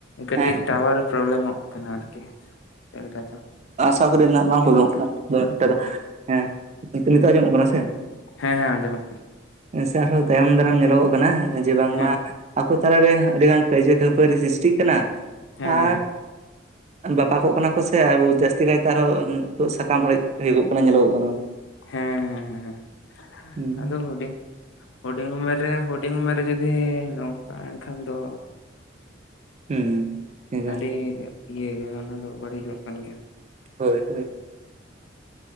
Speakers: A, on the left (about 80°); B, on the right (about 35°).
A: ᱠᱟᱹᱴᱤᱡ
B: ᱦᱮᱸ
A: ᱴᱟᱣᱟᱨ ᱯᱨᱚᱵᱞᱮᱢᱚᱜ ᱠᱟᱱᱟ ᱟᱨᱠᱤ ᱪᱮᱫᱠᱟ ᱛᱚ
B: ᱚ ᱠᱚᱨᱮᱱᱟᱜ ᱵᱟᱝ ᱠᱚᱡᱚᱢᱚᱜ ᱠᱟᱱᱟᱢ ᱮᱠᱴᱟ ᱦᱮᱸ ᱱᱤᱛᱳ ᱟᱸᱡᱚᱢᱚᱜ ᱠᱟᱱᱟ ᱥᱮ
A: ᱦᱮᱸ ᱦᱮᱸ ᱚᱡᱚᱢᱚᱜ
B: ᱦᱮ ᱥᱮ ᱟᱨᱦᱚᱸ ᱛᱟᱭᱚᱢ ᱫᱟᱨᱟᱢ ᱧᱮᱞᱚᱜᱚᱜ ᱠᱟᱱᱟ ᱡᱮ ᱵᱟᱝᱢᱟ
A: ᱦᱮᱸ
B: ᱟᱠᱚ ᱛᱟᱞᱟᱨᱮ ᱟᱹᱰᱤ ᱜᱟᱱ ᱠᱟᱹᱭᱡᱟᱹ ᱠᱷᱟᱹᱯᱟᱹᱨᱤ ᱥᱨᱤᱥᱴᱤᱜ ᱠᱟᱱᱟ
A: ᱦᱮᱸ
B: ᱟᱨ
A: ᱦᱮᱸ
B: ᱵᱟᱯᱟᱠᱚᱜ ᱠᱟᱱᱟ ᱠᱚ ᱥᱮ ᱡᱟᱹᱥᱛᱤ ᱠᱟᱭᱛᱮ ᱟᱨᱦᱚᱸ ᱱᱤᱛᱚᱜ ᱥᱟᱠᱟᱢ ᱚᱲᱮᱡ ᱦᱩᱭᱩᱜᱚᱜ ᱠᱟᱱᱟ, ᱧᱮᱞᱚᱜᱚᱜ ᱠᱟᱱᱟ᱾
A: ᱦᱮᱸ ᱦᱮᱸ
B: ᱦᱩᱸ
A: ᱟᱫᱚ ᱦᱩᱰᱤᱧ ᱦᱩᱰᱤᱧ ᱩᱢᱮᱨ ᱨᱮ ᱦᱩᱰᱤᱧ ᱩᱢᱮᱨ ᱨᱮ ᱡᱩᱫᱤ ᱱᱚᱝᱠᱟ ᱮᱱᱠᱷᱟᱱ ᱫᱚ
B: ᱦᱩᱸ
A: ᱟᱹᱰᱤ ᱤᱭᱟᱹ ᱜᱮ ᱚᱱᱟ ᱫᱚ ᱵᱟᱹᱲᱤᱡᱚᱜ ᱠᱟᱱ ᱜᱮᱭᱟ᱾
B: ᱦᱳᱭ ᱦᱳᱭ